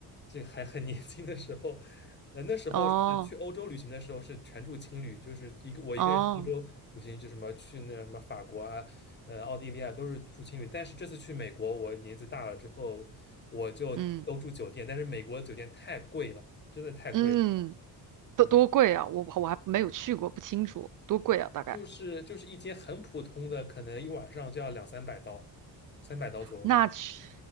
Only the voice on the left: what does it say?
这还很 <laughs> 年轻的时候，呃，那时候是去欧洲旅行的时候是全住青旅，
就是一个我一个人去欧洲旅行，
就什么去那什么法国啊，呃，奥地利啊，都是住青旅。但是这次去美国，我年纪大了之后，我就都住酒店，
但是美国酒店太贵了，真的太贵了，
嗯，
就是就是一间很普通的，可能一晚上就要两三百刀，三百刀左右吧。